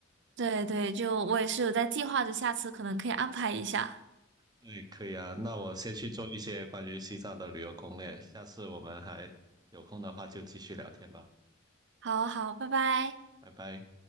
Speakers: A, on the right; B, on the right.
A: 对对，就我也是有在计划着，下次可能可以安排一下。
B: 对，可以啊，那我先去做一些关于西藏的旅游攻略，下次我们还有空的话就继续聊天吧，
A: 好好，拜拜。
B: 拜拜。